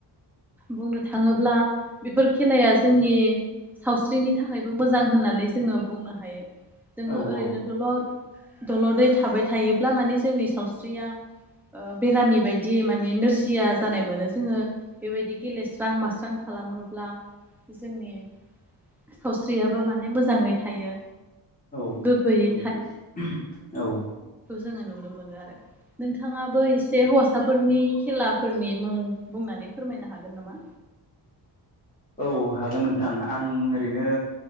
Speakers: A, in the centre; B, on the left.
A: बुंनो थाङोब्ला बेफोर खेलाया जोंनि सावस्रिनि थाखायबो मोजां होननानै जोङो बुंनो हायो। जोंङो
B: औ
A: ओरैनो
B: औ
A: दलर दलदै थाबाय थायोब्ला माने जोंनि सावस्रिया बेरामि बायदि माने नोरजि जिया जानाय मोनो जोङो बेबायदि गेलेस्रां मास्रां खालामोब्ला जोंनि सावस्रियाबो माने मोजाङै थायो।
B: औ
A: गोग्गोयै
B: नगौ नोंथां औ।
A: जोंङो नुनो मोनो आरो। नोंथाङाबो एसे हस फिसाफोरनि खेलाब फोरनि मुं बुंनानै फोरमायनो हागोन नामा?
B: औ हागोन नोंथां। आं ओरैनो